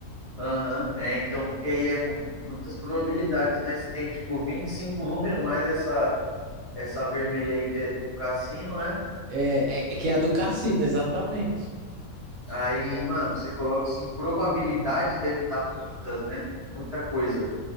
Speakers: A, on the left (about 35°); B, on the right (about 75°).
A: Aham, é, então, porque aí é mu- muitas probabilidades, né? Se tem tipo 25 números, mais essa, essa vermelha aí que é do cassino, né?
B: É, é é que é a do cassino, exatamente.
A: Aí, mano, você coloca assim, probabilidade deve dar muitas, né? Muita coisa.